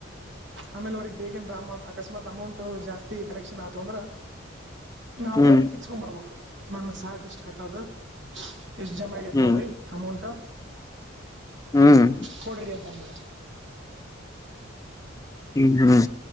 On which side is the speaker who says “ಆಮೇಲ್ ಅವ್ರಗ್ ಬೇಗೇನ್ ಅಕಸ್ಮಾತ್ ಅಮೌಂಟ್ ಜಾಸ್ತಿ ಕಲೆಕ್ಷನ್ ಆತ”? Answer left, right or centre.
Right